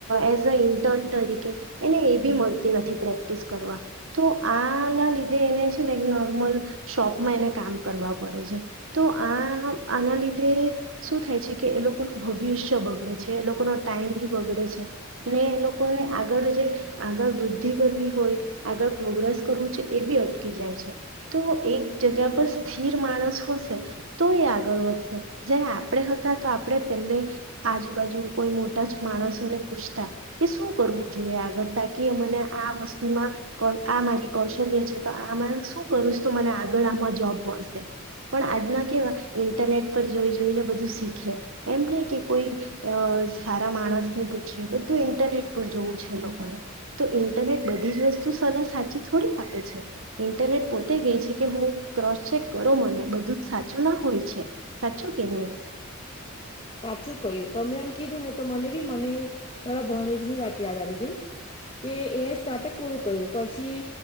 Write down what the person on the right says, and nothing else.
એઝ અ ઇન્ટર્ન તરીકે એને એ બી મળતી નથી પ્રેક્ટિસ કરવા તો આના લીધે એને છે ને નોર્મલ શોપમાં એને કામ કરવા પડે છે તો આ આના લીધે શું થાય છે કે એ લોકોનું ભવિષ્ય બગડે છે. એ લોકોનો ટાઈમ બી બગડે છે. ને એ લોકોએ આગળ જે આગળ વૃદ્ધિ કરવી હોય આગળ પ્રોગ્રેસ કરવું છે એ બી અટકી જાય છે તો એક જગ્યા પર સ્થિર માણસ હશે તો એ આગળ વધશે જ્યારે આપણે હતા તો આપણે પહેલે આજુ કોઈ મોટા જ માણસો ને પૂછતા કે શું કરવું જોઈએ આગળ તાકી મને આ વસ્તુમાં આ મારી કૌશલ્ય છે તો આ શું કરું તો મને આગળ આમાં જોબ મળશે. પણ આજના કેવા ઇન્ટરનેટ પર જોઈ જોઈને, બધું શીખે એમ નહી કે કોઈ સારા માણસ ને પૂછે. બધું ઇન્ટરનેટ પર જોવું છે લોકોને તો ઇન્ટરનેટ બધી જ વસ્તુ સલાહ સાચી થોડી આપે છે ઇન્ટરનેટ પોતે ગઈ છે કે હું ક્રોસચેક કરો મને બધું જ સાચું ના હોય છે સાચું કે નય? <inaudible>